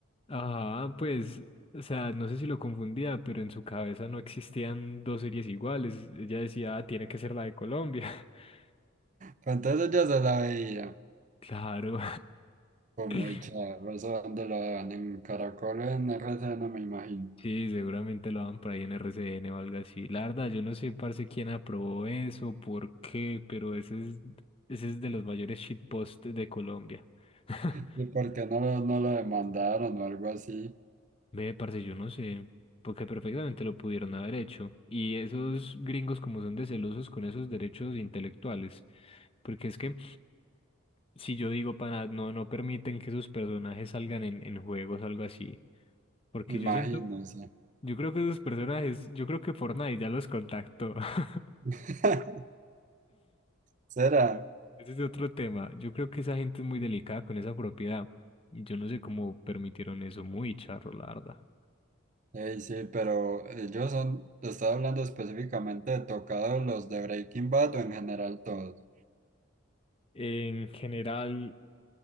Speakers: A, on the left; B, on the right.
A: Ajá, pues, o sea, no sé si lo confundía, pero en su cabeza no existían dos series iguales. Ella decía, "Ah, tiene que ser la de Colombia. <laughs>
B: Pero entonces yo se la veía.
A: Claro.
B: Fue
A: <laughs>
B: muy charro, eso donde lo dan en Caracol, en R C no me imagino.
A: Sí, seguramente lo daban por ahí en RCN o algo así. La verdad, yo no sé, parce, quién aprobó eso, por qué, pero ese es, ese es de los mayores shitposts de Colombia. <laughs>
B: <laughs> ¿Y por qué no, lo- no lo demandaron o algo así?
A: Ve, parce, yo no sé, porque perfectamente lo pudieron haber hecho. Y esos gringos como son de celosos con esos derechos intelectuales, porque es que si yo digo, pana, no, no permiten que sus personajes salgan en, en juegos o algo así. Porque
B: Imagínense.
A: yo siento, yo creo que esos personajes, yo creo que Fortnite ya los contactó. <laughs>
B: <laughs> Será.
A: Ese es otro tema. Yo creo que esa gente es muy delicada con esa propiedad. Y yo no sé cómo permitieron eso, muy charro, la verdad.
B: Ey, sí, pero ellos son, estaba hablando específicamente de tocados los de Breaking Bad o en general todos.
A: En general,